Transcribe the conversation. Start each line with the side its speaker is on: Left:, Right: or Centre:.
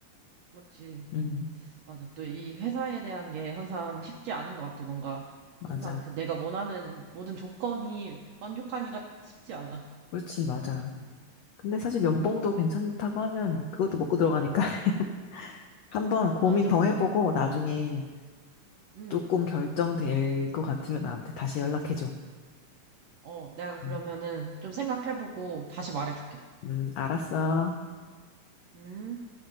Right: 맞지.
Left: 음
Right: 맞아. 또 이 회사에 대한 게 항상 쉽지 않은 것 같아. 뭔가
Left: 맞아.
Right: 항상 그 내가 원하는 모든 조건이 만족하기가 쉽지 않아.
Left: 그렇지 맞아. 근데 사실
Right: 어,
Left: 연봉도 괜찮다고 하면 그것도 먹고 들어가니까 <laughs> 한번 고민
Right: 맞아.
Left: 더
Right: 또,
Left: 해보고 나중에
Right: 어, 응,
Left: 조금 결정될 것 같으면 나한테 다시 연락해줘.
Right: 어. 내가 그러면은
Left: 음,
Right: 좀 생각해보고 다시 말해줄게.
Left: 음, 알았어.
Right: 음.